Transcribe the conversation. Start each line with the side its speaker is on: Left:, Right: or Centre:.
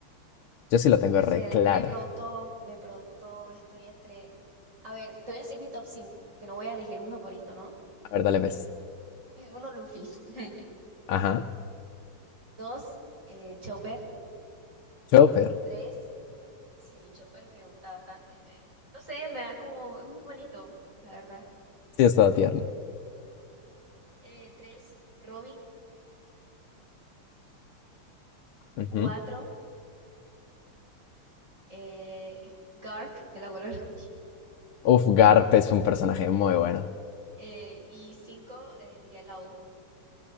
Left: Yo sí lo tengo
Right: No sé,
Left: re
Right: de,
Left: claro.
Right: de pronto, de pronto estoy entre... A ver, te voy a decir mis top 5 porque no voy a elegir un favorito, ¿no?
Left: A ver, dale ves.
Right: El 1, Luffy. <laughs>
Left: Ajá.
Right: 2, Chopper.
Left: Chopper.
Right: 3. Sí, Chopper me gusta bastante. me- No sé, me da como, es muy bonito, la verdad.
Left: Sí, es todo tierno.
Right: Eh, tres, Robin.
Left: Ujú.
Right: Cuatro, eh, Garp, el abuelo. de los- <laughs>
Left: Uf, Garp es un personaje muy bueno.
Right: eh, y cinco, eh, diría Lau.